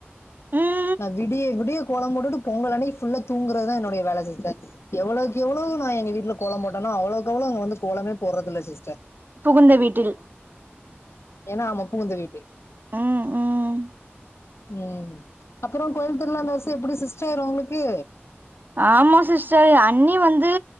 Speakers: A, on the right; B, on the left.
A: ம்
B: நா விடிய விடிய கோல போட்டுடு பொங்கல் அன்னைக்கு ஃபுல்லா தூங்குறதுதா என்னுடைய வேல சிஸ்டர் எவ்ளோக்கு எவ்ளோ நா எங்க வீட்ல கோல போட்டனோ அவ்ளோக்கு அவ்ளோ இங்க வந்து கோலமே போட்றதில்ல சிஸ்டர்
A: புகுந்த வீட்டில்
B: ஏனா ஆமா புகுந்த வீடு
A: ம் ம்
B: உம் அப்புறோ கோயில் திருவிழா இந்த வருஷ எப்டி சிஸ்டர்உங்களுக்கு
A: ஆமா சிஸ்டர் அண்ணி வந்து